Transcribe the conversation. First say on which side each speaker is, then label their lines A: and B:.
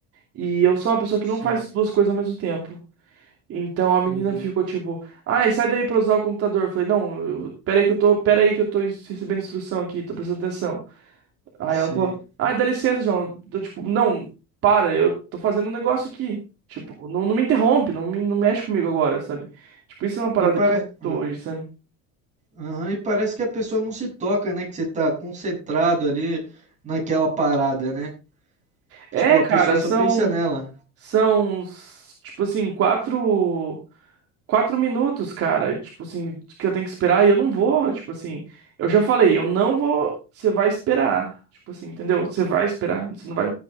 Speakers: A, on the right; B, on the right.
A: E eu sou uma pessoa que
B: sim,
A: não faz duas coisas ao mesmo tempo. Então a menina
B: uhum,
A: ficou tipo, ai, sai daí pra usar o computador. Eu falei, não, eu- pera aí que eu tô, pera aí que eu tô recebendo instrução aqui, tô prestando atenção. Aí
B: sim.
A: ela falou, ai, dá licença, João. Eu, tipo, não, para, eu tô fazendo um negócio aqui. Tipo, não, não me interrompe, não, me, não mexe comigo agora, sabe? Tipo, isso é uma parada
B: E para.
A: que eu tô
B: ah.
A: hoje, sabe?
B: Aham, e parece que a pessoa não se toca, né? Que você tá concentrado ali naquela parada, né?
A: É,
B: Tipo, a
A: cara,
B: pessoa só
A: são,
B: pensa nela.
A: são, s- tipo assim, quatro, quatro minutos, cara. Tipo assim, que eu tenho que esperar e eu não vou, tipo assim. Eu já falei, eu não vou, você vai esperar. Tipo assim, entendeu? Você vai esperar, você não vai